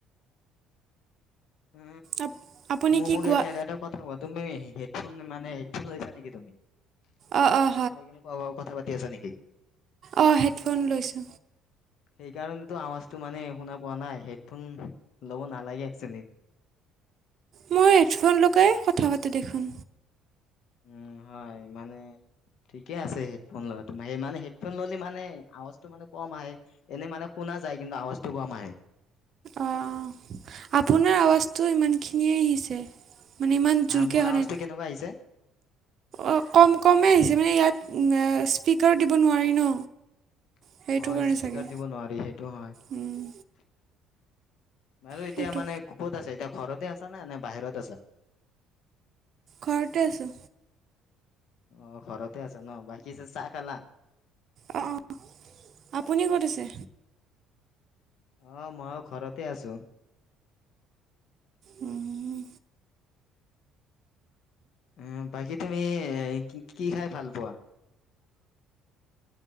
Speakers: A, on the left; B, on the right.
A: এ
B: আপ- আপুনি কি
A: মোক
B: গুৱা
A: এ এটা কথা কোৱা তুমি হেডফোন মানে হেডফোন লৈছা নেকি তুমি? মানে,
B: অঁ অঁ
A: হেডফোন লৈ কাৰোবাৰ লগত কিন্তু কথা পাতি আছা নেকি?
B: অ', হেডফোন লৈছো
A: সেইকাৰণেতো আৱাজটো মানে শুনা পোৱা নাই, হেডফোন লব নালাগে একচেলি
B: মই, হেডফোন লগাই কথা পাতো দেখোন
A: উম, হয় মানে ঠিকে আছে হেডফোন লোৱা তো মানে, হেডফোন ল'লে মানে, আৱাজটো মানে কম আহে এনেই মানে শুনা যায়, কিন্তু আৱাজটো কম আহে
B: অ', আপোনাৰ আৱাজটো ইমানখিনিয়ে আহিছে মানে ইমান
A: হা,
B: জোৰকৈ
A: মোৰ
B: অহা
A: আৱজটো
B: নাই
A: কেনেকুৱা আহিছে?
B: অঁ কম কমেই আহিছে মানে ইয়াত স্পীকাৰ দিব নোৱাৰি ন
A: অ,
B: সেইটো কাৰণে
A: ' স্পকাৰ
B: চাগে
A: দিব নোৱাৰি সেইটো হয়
B: উম,
A: বাৰু
B: সেইটো
A: এতিয়া মানে, ক'ত আছে এতিয়া ঘৰতে আছা নে- নে বাহিৰত আছা
B: ঘৰতে আছো
A: অ, ' ঘৰতে আছ ন বাকী চ- চাহ খালা?
B: অঁ অঁ আপুনি ক'ত আছে
A: আহ, মইও ঘৰতে আছো
B: উম,
A: উম, বাকী তুমি কি খাই ভাল পোৱা?